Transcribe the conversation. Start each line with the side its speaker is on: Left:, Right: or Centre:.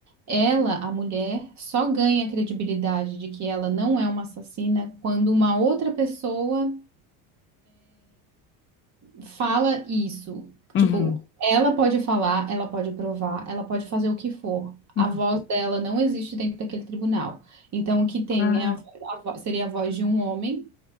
Right: ela, a mulher, só ganha credibilidade de que ela não é uma assassina quando uma outra pessoa fala isso.
Left: Uhum,
Right: Tipo, ela pode falar, ela pode provar, ela pode fazer o que for. A
Left: uhum.
Right: voz dela não existe dentro daquele tribunal. Então, o que tem
Left: Ah,
Right: é a, vo- a vo- seria a voz de um homem.